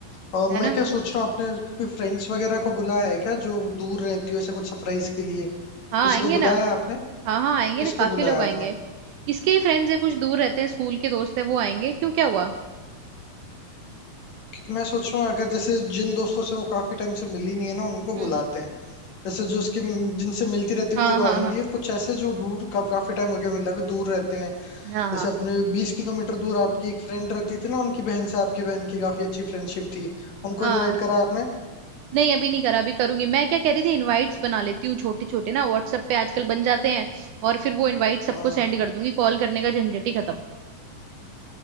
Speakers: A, on the left; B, on the right.
A: और
B: है ना
A: मैं क्या सोच रहा हूँ आपने कोई फ्रेंड्स वगैरह को बुलाया है क्या जो दूर रहती हो ऐसे कुछ सरप्राइज के लिए
B: हाँ
A: किसी
B: आएंगे
A: को बुलाया
B: ना
A: है आपने
B: हाँ हाँ आएंगे
A: किसको
B: ना काफी
A: बुलाया
B: लोग
A: आपने
B: आएंगे इसके ही फ्रेंड्स है कुछ दूर रहते हैं स्कूल के दोस्त है वो आएंगे क्यों क्या हुआ
A: क्योंकि मैं सोच रहा हूँ अगर जैसे जिन दोस्तों से वो काफी टाइम से मिली नहीं है ना उनको
B: हम्म
A: बुलाते हैं जैसे जो उसकी जिनसे मिलती रहती
B: हाँ
A: है वो
B: हाँ
A: तो आएंगी
B: हाँ
A: और कुछ ऐसे जो दूर का काफी टाइम हो गया मिला हुए दूर रहते हैं
B: हाँ हाँ
A: जैसे अपने बीस किलोमीटर दूर आपकी एक फ्रेंड रहती थी ना उनकी बहन से आपकी बहन की काफी अच्छी फ्रेंडशिप थी उनको
B: हाँ
A: इनवाइट करा आपने
B: नहीं अभी नहीं करा अभी करूंगी मैं क्या कह रही थी इनवाइट्स बना लेती हूँ छोटे छोटे ना व्हाट्सएप पे आजकल बन जाते हैं और फिर वो इनवाइट सबको
A: हाँ
B: सेंड कर दूंगी कॉल करने का झंझट ही खत्म